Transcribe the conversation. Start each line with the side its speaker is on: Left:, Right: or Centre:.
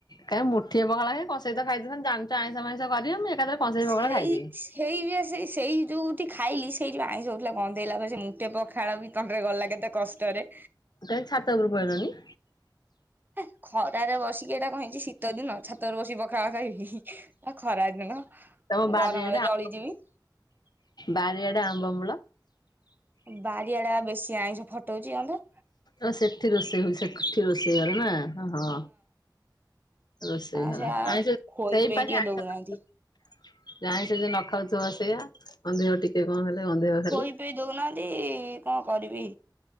Left: କାଇଁ ମୁଠି ବଖଳା କ ସହିତ ଖାଇଥ ଜାଣିଛ ଆଇଁସାଇଁସ କରିବ ମୁଁ ଏକାଥରେ କଂସେଇ
Right: ସେଇ
Left: ପଖାଳ ଖାଇଦେବି।
Right: ସେଇ ବି ସେ ସେଇ ଯୋଉଠି ଖାଇଲି, ସେଇଠି ବା ଆଁଇସଉଥିଲା ଗନ୍ଧେଇଲା ପରେ ସେ ମୁଁ ତେ ପକ ଖାଳ ବି ତଣ୍ଟିରେ ଗଳିଲା କେତେ କଷ୍ଟରେ।
Left: କାହିଁ ଛାତ ଉପରୁକୁ ପଲେଇଲନି।
Right: ହେଁ ଖରାରେ ବସିକି ଏଇଟା କଣ ହେଇଛି ଶୀତଦିନ ଛାତରେ ବସିକ ଗ ପଖାଳ ଖାଇବି ଖରା ଦିନ
Left: ତମ ବାରିଆଡେ
Right: ଗରମରେ
Left: ଆ
Right: ଜଳିଯିବି।
Left: ବାରିଆଡେ ଆମ୍ବମୂଳ।
Right: ବାରିଆଡେ ବା ବେଶୀ ଆଇଁଷ ଫଟୋ ଉଚି ଗନ୍ଧ।
Left: ଆ ସେଠି ରୋଷେଇ ହୋଊ ସେଠି ରୋଷେଇ ଘର ନା ହଁ। ରୋସେଇ
Right: ଆ
Left: ଘର
Right: ସେ ଆଉ
Left: ଆଇଁଷ
Right: ଖୋଇ
Left: ସେଇ
Right: ପେଇ
Left: ପାଇଁ
Right: ଟିକେ
Left: ଆ
Right: ଦଉନାହାନ୍ତି
Left: ଆଁ ଆଇଁଷ ଯେ ନ ଖାଉଥିବ ସେଇଆ ଗନ୍ଧେଇବ ଟିକେ। ତିକେ କଣ ହେଲେ ଗନ୍ଧେଇବ
Right: ଖୋଇ
Left: ଖାଲି
Right: ପେଇ ଦଉନାହାନ୍ତି କଣ କରିବି